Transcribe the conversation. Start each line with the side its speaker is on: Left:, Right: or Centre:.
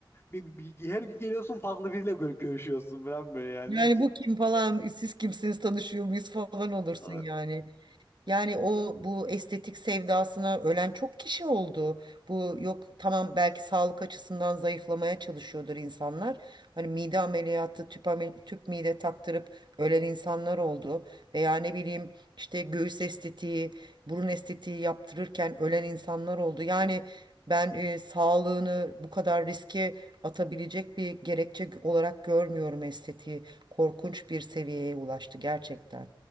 Left: bir, bir- bir- her gün geliyorsun farklı biriyle gör- görüşüyorsun falan böyle yani
Right: Yani
Left: ilk
Right: bu kim falan siz kimsiniz tanışıyor muyuz falan olursun
Left: A-
Right: yani. Yani o bu estetik sevdasına ölen çok kişi oldu. Bu yok tamam belki sağlık açısından zayıflamaya çalışıyordur insanlar. Hani mide ameliyatı, tüp, amel- tüp mide taktırıp ölen insanlar oldu. Veya ne bileyim işte göğüs estetiği, burun estetiği yaptırırken ölen insanlar oldu. Yani ben e, sağlığını bu kadar riske atabilecek bir gerekçe olarak görmüyorum estetiği. Korkunç bir seviyeye ulaştı gerçekten.